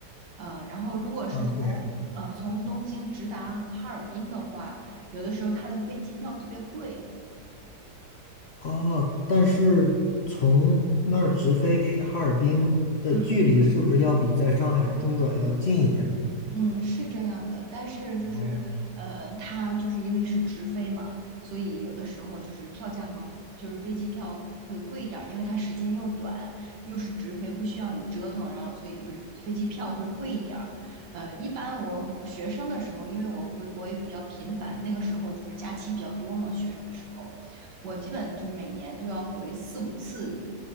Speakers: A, on the right; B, on the left.
A: 呃，然后如果是从
B: 啊，对呀，
A: 呃从东京直达哈尔滨的话，有的时候它的飞机票特别贵，
B: 啊！但是从那儿直飞哈尔滨的距离是不是要比在上海中转要近一点儿
A: 嗯。嗯，是这样的，但是就是，
B: 哦，
A: 呃，它就是因为是直飞嘛，所以有的时候就是票价和就是飞机票会贵一点儿，因为它时间又短，又是直飞，不需要你折腾，然后所以就是飞机票会贵一点儿。呃，一般我学生的时候，因为我回国也比较频繁，那个时候就是假期比较多嘛，学生的时候，我基本就是每年就要回四五次，